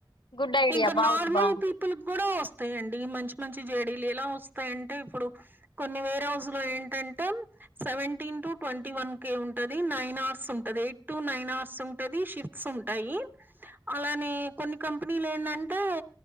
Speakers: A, on the left; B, on the right.
A: గుడ్ ఐడియా
B: ఇంకా
A: బాగుంది
B: నార్మల్
A: బాగుంది
B: పీపుల్ పిప్పులు కూడా వస్తాయండి మంచి మంచి జేడీలు ఎలా వస్తాయంటే ఇప్పుడు కొన్ని వేర్ హౌస్ లో ఏంటంటే seventeen to twenty one K ఉంటాది నైన్ అవర్స్ ఉంటాది ఎయిట్ టు నైన్ అవర్స్ ఉంట ప్రతి షిఫ్ట్స్ ఉంటాయి అలానే కొన్ని కంపెనీలు ఏంటంటే